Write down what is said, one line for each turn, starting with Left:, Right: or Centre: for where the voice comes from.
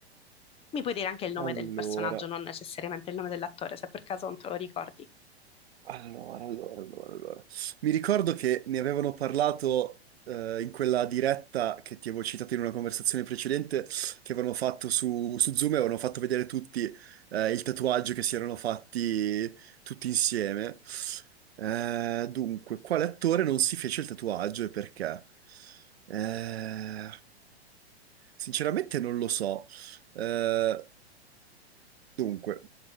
Left: Mi puoi dire anche il nome
Right: Allora.
Left: del personaggio, non necessariamente il nome dell'attore, se per caso non te lo ricordi.
Right: Allora, allora, allora, allora. Mi ricordo che ne avevano parlato eh, in quella diretta che ti avevo citato in una conversazione precedente, che avevano fatto su, su Zoom e avevano fatto vedere tutti eh, il tatuaggio che si erano fatti tutti insieme. Eh, dunque, quale attore non si fece il tatuaggio e perché? Eh, sinceramente non lo so. Eh, dunque,